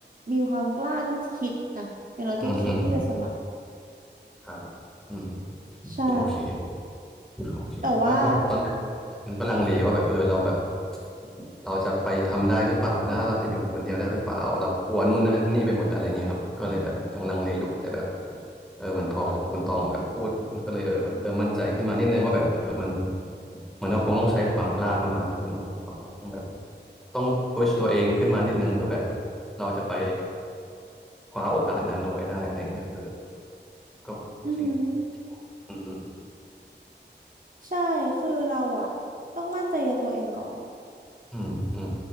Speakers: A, on the right; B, in the centre.
A: มีความกล้าที่จะคิดอ่ะอย่างน้อยก็คิดที่จะสมัคร
B: อืมอืมครับอืม
A: ใช่
B: โอเค โอเคไม่เพราะตอนแรก
A: แต่ว่า
B: มันก็ลังเลว่าแบบเออเราแบบเราจะไปทำได้หรือเปล่านะเราจะอยู่คนเดียวได้หรือเปล่าเรากลัวนู่นนั่นนี่ไปหมดอะไรเงี้ยครับก็เลยแบบยังลังเลอยู่แต่แบบเออเหมือนพอคุณตองแบบพูดมันก็เลยเออเริ่มมั่นใจขึ้นมานิดนึงว่าแบบเออมันมันก็คงต้องใช้ความกล้าประมาณนึงต้องแบบต้องพุชตัวเองขึ้นมานิดนึงเพื่อแบบเราจะไปคว้าโอกาสนั้นเอาไว้ได้อะไรเงี้ยเออก็จริงจริงอืม
A: อือหือใช่คือเราอะต้องมั่นใจในตัวเองก่อน
B: อืมอืม